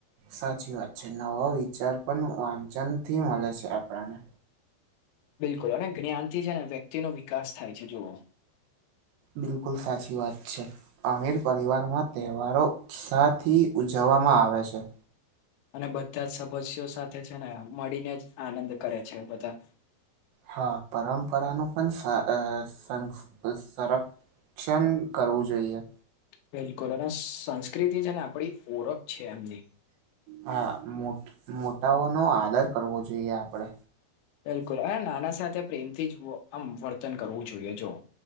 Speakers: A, on the right; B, on the left.
A: સાચી વાત છે નવા વિચાર પણ વાંચન થી મળે છે આપણાને.
B: બિલકુલ અને જ્ઞાનથી છે ને વ્યક્તિ ન વિકાસ થાય છે જુઓ.
A: બિલકુલ સાચી વાત છે. અમીર પરિવારમાં તહેવારો ઉત્સાહથી ઉજવવામાં આવે છે.
B: અને બધા જ સદસ્યો સાથે છે ને મળીને જ આનંદ કરે છે બધા.
A: હા પરંપરાનું પણ સારસ સન સનુ સરક. શિક્ષણ કરવું જોઈએ.
B: બિલકુલ અને સી સંસ્કૃતિ છે ને આપડી ઓળખ. છે એમની.
A: હા મો મોટાઓ નો આદર કરવો જોઈએ આપડે.
B: બિલકુલ આ નાના સાથે પ્રેમથી વો આમ વર્તન કરવું જોઈએ જો.